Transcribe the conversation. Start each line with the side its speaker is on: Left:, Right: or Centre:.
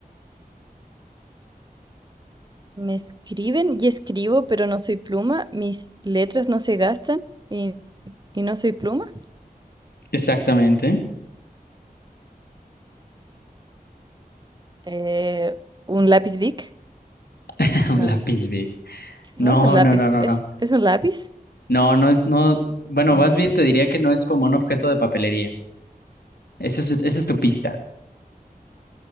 Right: Me escriben y escribo, pero no soy pluma, mis letras no se gastan y, y no soy pluma.
Left: Exactamente.
Right: Eh, ¿un lápiz Bic?
Left: <laughs> Un
Right: No,
Left: lápiz big. No,
Right: no es un lápiz,
Left: no, no, no,
Right: es,
Left: no.
Right: es un lápiz.
Left: No, no es, no. Bueno,
Right: Mm.
Left: más bien te diría que no es como un objeto de papelería. Esa es, esa es tu pista.